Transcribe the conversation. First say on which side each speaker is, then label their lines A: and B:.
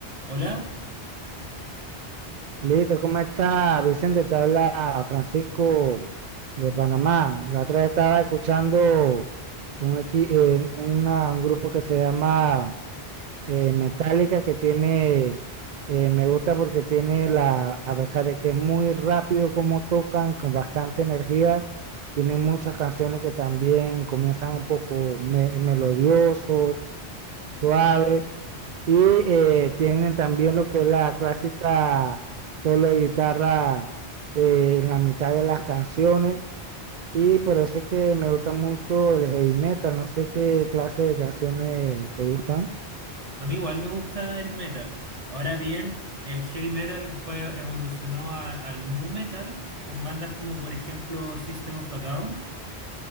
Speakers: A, on the right (about 30°); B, on the right (about 55°).
A: Hola,
B: Listo, ¿cómo está Vicente? Te habla Francisco de Panamá. La otra vez estaba escuchando un, equi- eh, una- un grupo que se llama eh, Metallica que tiene, eh, me gusta porque tiene la, a pesar de que es muy rápido como tocan, con bastante energía, tienen muchas canciones que también comienzan un poco me- melodioso, suave. Y eh, tienen también lo que es la clásica solo de guitarra eh, en la mitad de las canciones. Y por eso es que me gusta mucho el heavy metal. No sé qué clase de canciones te gustan.
A: a mí igual me gusta el metal. Ahora bien, el heavy metal después evolucionó a- al nu metal con bandas como por ejemplo System of a Down